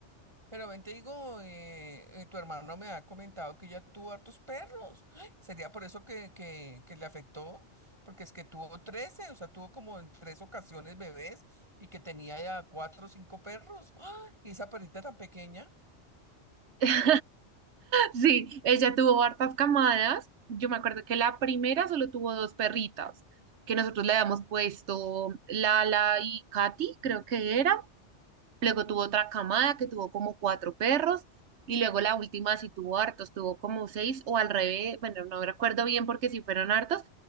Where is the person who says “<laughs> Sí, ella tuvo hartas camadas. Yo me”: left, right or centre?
Right